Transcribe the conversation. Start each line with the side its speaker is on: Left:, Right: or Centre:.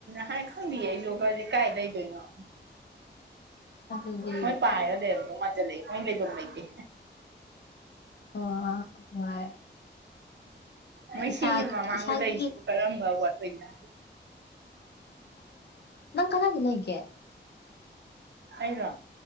Right: ꯍꯥꯏ ꯈꯪꯗꯤꯌꯦ ꯑꯩꯖꯨ ꯀꯥꯏ ꯂꯩꯗꯣꯏꯅꯣ
Left: ꯑꯗꯨꯗꯤ
Right: ꯃꯣꯏ ꯄꯥꯏꯔꯒ ꯂꯩꯔꯝꯗꯧ ꯃꯥꯟꯖꯟꯂꯛꯂꯦ ꯃꯣꯏ ꯂꯩꯐꯝ ꯂꯩꯩꯇꯦ
Left: ꯑꯣ ꯍꯣꯏ
Right: ꯃꯣꯏ
Left: ꯏꯁꯥ
Right: ꯁꯤꯒꯤ ꯃꯃꯥꯡꯗ
Left: ꯏꯁꯥꯒꯤ
Right: ꯂꯩꯔꯤꯁꯤꯕꯨ ꯀꯔꯝꯕ ꯋꯥꯠ ꯑꯣꯏ ꯂꯤꯖꯠꯅꯣ
Left: ꯅꯪ ꯀꯗꯥꯏꯗ ꯂꯩꯒꯦ
Right: ꯑꯩꯔꯣ